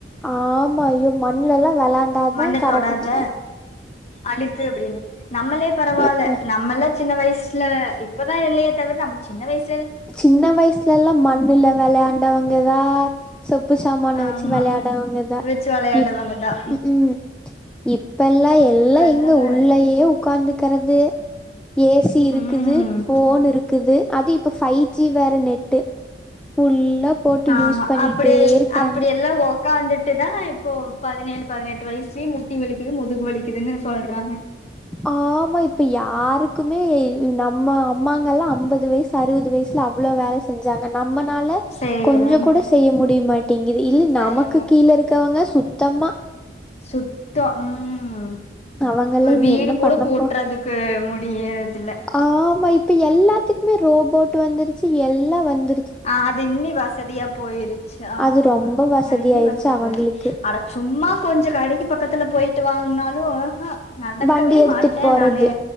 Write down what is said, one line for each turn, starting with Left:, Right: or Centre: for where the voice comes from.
Centre: ஆமா ஐயோ மண்லெல்லா வெளாண்டா
Left: மண்ண
Centre: தா கரக்ஷனே
Left: தொடாத அழுக்கு அப்படின் நம்மளே பரவால்ல
Centre: ம்ஹும்.
Left: நம்மள சின்ன வயசுல இப்பதா இல்லயே தவிர நம்ம சின்ன வயசு
Centre: சின்ன வயசுல எல்லா மண்ணுல விளையாண்டவங்கதா சொப்பு சாமான
Left: ஆமா
Centre: வச்சு விளையாடவங்கதா
Left: வெச்சு வெளையாண்டவங்கதா
Centre: இப் ம் ம் இப்பெல்லா எல்லா
Left: அதனால
Centre: எங்க உள்ளயே உக்காந்துக்கறது ஏசி இருக்குது
Left: ம்
Centre: ஃபோன் இருக்குது அது ப் இப்ப ஃபை ஜி வேற நெட்டு ஃபுல்லா போட்டு
Left: ஆமா
Centre: யூஸ் பண்ணிட்டே
Left: அப்பிடி
Centre: இருக்கிறாங்க
Left: அப்பிடி எல்லா ஒ ஒட்காந்துட்டு தா இப்போ பதினேழு பதினெட்டு வயசுலயே முட்டி வலிக்குது முதுகு வலிக்குதுன்னு சொல்றாங்க
Centre: ஆமா இப்ப யாருக்குமே நம்ம அம்மாங்கல்லா ஐம்பது வயசு அறுபது வயசுல அவ்வள வேல செஞ்சாங்க நம்மனால
Left: செய்யறாங்க
Centre: கொஞ்சோ கூட செய்ய முடியமாட்டிங்குது இதுல
Left: செய்ய
Centre: நமக்கு கீழ இருக்கவங்க சுத்தமா
Left: சுத்த ம்
Centre: அவங்கள
Left: ஒரு
Centre: நீ
Left: வீடு
Centre: என்ன
Left: கூட
Centre: பண்ணப்போ
Left: கூட்டுறதுக்கு முடியறதுல
Centre: ஆமா இப்ப எல்லாத்துக்குமே ரோபோட் வந்துருச்சு எல்லா வந்து
Left: ஆ அது இன்னி வசதியா போயிருச்சு ஆமா
Centre: அது ரொம்ப வசதியாயிருச்சு
Left: அது இன்னி வசதியா
Centre: அவங்களுக்கு
Left: போயிருச்சு அட சும்மா கொஞ்சோ கடைக்கு பக்கத்துல போயிட்டு வாங்னாலு ஹ நடக்கவே
Centre: வண்டி எடுத்துட்டு
Left: மாட்ட
Centre: போறது
Left: நானு